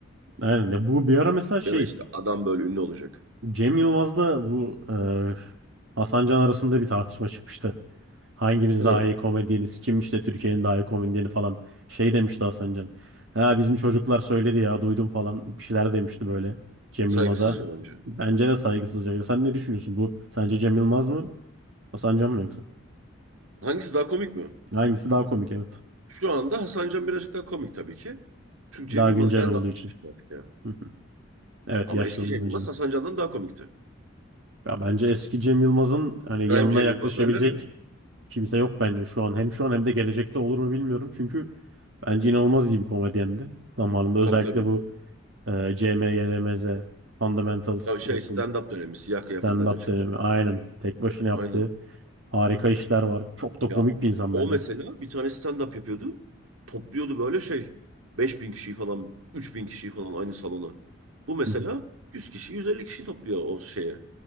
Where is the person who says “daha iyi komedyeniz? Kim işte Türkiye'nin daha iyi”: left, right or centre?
Right